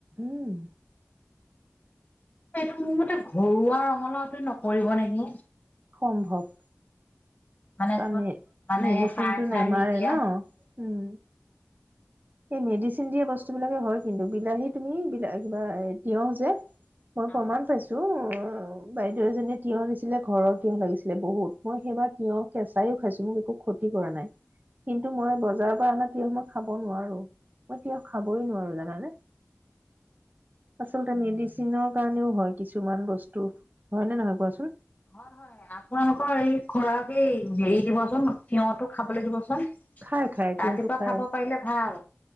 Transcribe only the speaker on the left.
এইটো মোৰ মতে ঘৰুৱা ৰঙালাওটো নকৰিব নেকি?
মানে
য'ত মানে
সাৰ
চাৰ
নিদিয়া
অ।
হয় হয় আপোনালোকৰ এই খুৰা সেই হেৰি দিবচোন তিয়ঁহতো খাবলৈ দিবচোন।
ৰাতিপুৱা
খাব পাৰিলে ভাল।